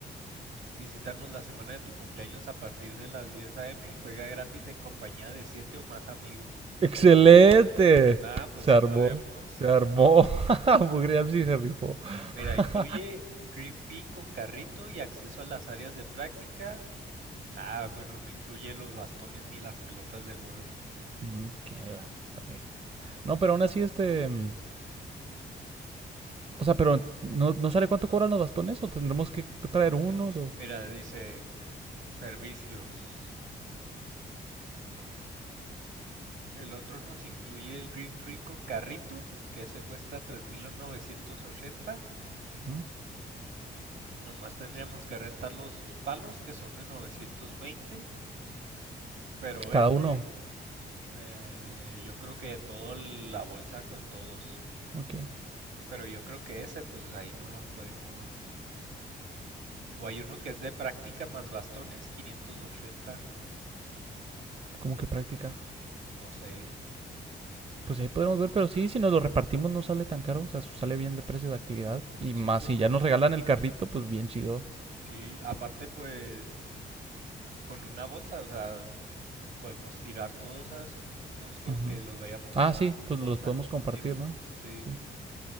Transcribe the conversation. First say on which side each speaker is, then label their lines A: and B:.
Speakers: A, on the right (about 70°); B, on the right (about 30°).
A: Visítanos la semana de tu cumpleaños a partir de las 10 a.m. y juega gratis en compañía de 7 o más amigos.
B: ¡Excelente!
A: Nah, pues
B: Se
A: sí
B: armó.
A: podemos.
B: Se armó. <laughs> bugreal sí se rifó. <laughs>
A: Mira, incluye Green Fee con carrito y acceso a las áreas de práctica. Ah, bueno, no incluye los bastones ni las pelotas de golf.
B: Mm, Qué la fre... No, pero aún así, este. mm, O sea, pero ¿no, no sale cuánto cobran los bastones? ¿O tendremos que traer unos? O...
A: Mira, dice servicios. El otro nos incluye el Green Free con carrito, que ese cuesta 3.980.
B: Ujú.
A: Nomás tendríamos que rentar los palos, que son de 920. Pero
B: Cada
A: ese,
B: uno.
A: eh, yo creo que toda la bolsa con todos.
B: Ok.
A: Pero yo creo que ese, pues ahí no los podemos. O hay uno que es de práctica más bastones, 580.
B: Como que práctica.
A: No sé.
B: Pues ahí podremos ver, pero sí, si nos lo repartimos no sale tan caro. O sea, eso sale bien de precio de actividad. Y
A: Sí,
B: más,
A: pues
B: si ya nos regalan el carrito, pues bien chido.
A: sí. Aparte, pues con una bolsa, o sea, podemos tirar todos, ¿sabes cómo? No es como
B: Ujú.
A: que los vayamos
B: Ah,
A: a usar
B: sí, pues
A: todos
B: los podemos
A: al mismo
B: compartir,
A: tiempo.
B: ¿no?
A: Sí,
B: Sí.